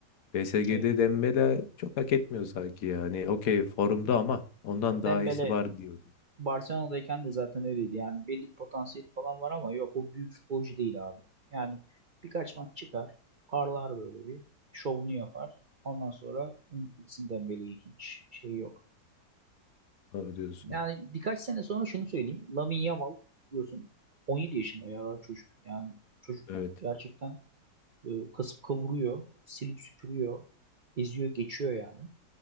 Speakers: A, on the left; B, on the right.
A: PSG'de
B: Evet.
A: Dembele çok hak etmiyor sanki yani. Okey formda ama ondan daha
B: Dembele
A: iyisi var diyorum.
B: Barcelona'dayken de zaten öyleydi. Yani belli bir potansiyeli falan var ama yok o büyük futbolcu değil abi. Yani birkaç maç çıkar, parlar böyle bir, şovunu yapar. Ondan sonra gitsin Dembele'yi hiç şey yok.
A: Doğru diyorsun.
B: Yani birkaç sene sonra şunu söyleyeyim. Lamine Yamal diyorsun 17 yaşında ya daha çocuk. Yani çocuk
A: Evet.
B: gerçekten e, kasıp kavuruyor, silip süpürüyor, eziyor, geçiyor yani.